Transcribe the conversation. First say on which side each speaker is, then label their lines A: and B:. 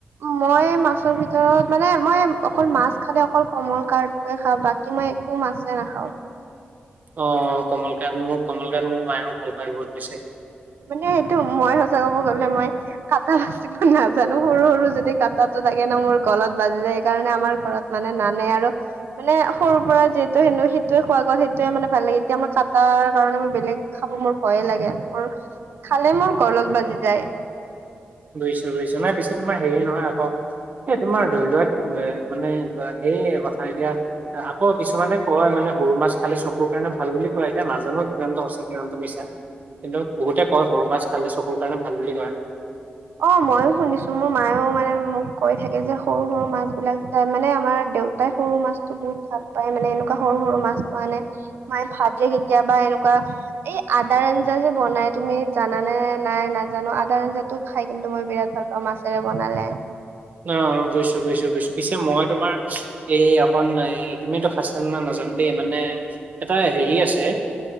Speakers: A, on the right; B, on the right.
A: মই মাছৰ ভিতৰত, মানে মই অকল মাছ খালে অকল কমলৰ্কাপটোয়ে খাঁও বাকি এনে মই একো মাছে নাখাঁও।
B: অ' কমল কাট মোক কমল কাট মোৰ মায়েও ভাল পাই বহুত বেছি।
A: মানে সেইটো মই সঁচা ক'ব গলে মই কাতল নাজানো সৰু সৰু যদি কাটাটো থাকে ন' মোৰ গলত বাজি যায় সেইকাৰণে আমাৰ ঘৰত মানে নানে আৰু মানে সৰুৰ পৰা যিহেতু হেনো সেইটোৱে খোৱা গ'ল সেইটোৱে মানে ভাল লাগে, এতিয়া মই কাটাৰ কাৰণে মই বেলেগ খাব মোৰ ভয়ে লাগে মোৰ, খালে মোৰ গলত বাজি যায়।
B: বুইছোঁ বুইছোঁ, নহয় পিছে তোমাৰ হেৰি নহয় আক এ, তোমাৰ ধৰি লোৱা মানে সেই কথা এতিয়া আকৌ কিছুমানে কয় মানে সৰু মাছ খালে চক কোৰ কাৰণে ভাল বুলি কয়, এতিয়া নাজানো কিৰন্ত সঁচা কিৰন্ত মিছা কিন্তু বহুতে কয় সৰু মাছ খালে চকুৰ কাৰণে ভাল বুলি কয়।
A: অ' মইও শুনিছোঁ, মোৰ মায়ও মানে মোক কৈ থাকে যে সৰু সৰু মাছবিলাক যে মানে আমাৰ দেউতাই সৰু মাছটো বহুত ভাল পায় মানে এনেকুৱা সৰু সৰু মাছটো আনে। মায়ে ভাজে কেতিয়াবা বা এনেকুৱা। এই আদাৰ আঞ্জা যে বনাই তুমি জানানে নাই নাজানো, আদাৰ আঞ্জাত তো খাই কিন্তু মই বিৰাট ভাল পাওঁ মাছেৰে বনালে।
B: অ', অ' বুইছোঁ বুইিছোঁ বুইছোঁ পিছে মই তোমাৰ এই অকন এ তুমি এইটো খাইছানে নাই নাজানো দেই, মানে এটা হেৰি আছে